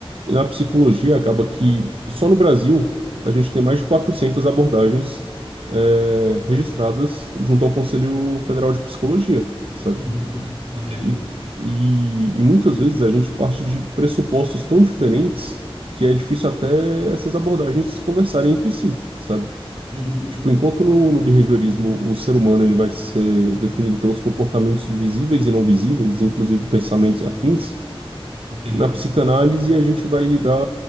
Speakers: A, on the right; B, on the right.
A: e na psicologia acaba que só no Brasil a gente tem mais de 400 abordagens é, registradas junto ao Conselho Federal de Psicologia, sabe?
B: Uhum. Ok.
A: E, e, e muitas vezes a gente parte de pressupostos tão diferentes que é difícil até essas abordagens conversarem entre si, sabe?
B: Uhum.
A: Tipo, enquanto no, no behaviorismo o ser humano ele vai ser definido pelos comportamentos visíveis e não visíveis, inclusive pensamentos e afins,
B: Ok.
A: na psicanálise a gente vai lidar